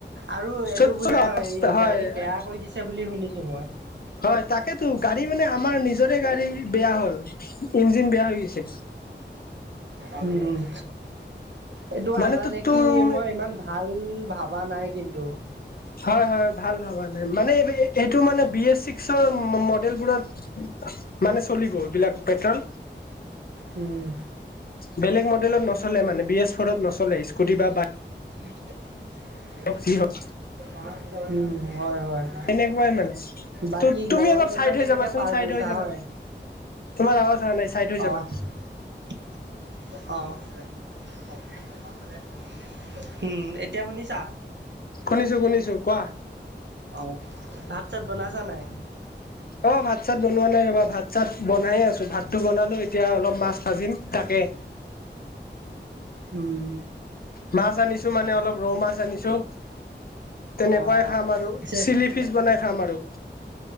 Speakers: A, on the right (about 75°); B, on the left (about 55°).
A: আৰু এইটো
B: চত
A: বোলে এই
B: হয়
A: গাড়ী বেয়া কৰি দিছে বুলি শুনিছোঁ মই।
B: হয়, তাকেতো গাড়ী মানে আমাৰ নিজৰে গাড়ী বেয়া হ'ল, ইঞ্জিন বেয়া হৈ গৈছে।
A: উম'। এইটো
B: মানে
A: আনা
B: তো
A: দেখি,
B: তুম
A: মই ইমান ভাল ভাবা নাই কিন্তু।
B: হয়-হয় ভাল ভাবা নাই মানে এইটো মানে বি এছ ছিক্সৰ মডেলবোৰত মানে চলিব এইবিলাক পেট্ৰল
A: উম'
B: বেলেগ মডেলত নচলে মানে বি এছ ফ'ৰত নচলে। স্কুটি বা বাইক
A: বুজ <unintelligible>
B: যি হওক
A: উম' হয়-হয়।
B: তেনেকুৱাই মানে
A: বাকী
B: ত তুমি
A: গৰম
B: অলপ
A: বন্ধ
B: চাইড হৈ
A: কেনেকে
B: যাবাচোন
A: পাৰ
B: চাইড
A: কৰিছা
B: হৈ যাবা
A: হয়?
B: তোমাৰ আৱাজ অহা নাই চাইড হৈ যাবা
A: অহ-অহ। <unintelligible> উম' এতিয়া শুনিছা?
B: শুনিছোঁ-শুনিছো কোৱা।
A: অ, ভাত-চাত বনাইছা নাই?
B: অ, ভাত-চাত বনোৱা নাই ৰবা, ভাত-চাত বনাইয়ে আছো, ভাতটো বনালো এতিয়া অলপ মাছ ভাজিম তাকে।
A: উম।
B: মাছ আনিছোঁ মানে অলপ ৰৌ মাছ আনিছোঁ। তেনেকুৱাই
A: অ',
B: খাম আৰু
A: পিছে
B: চিলি ফিছ বনাই খাম আৰু।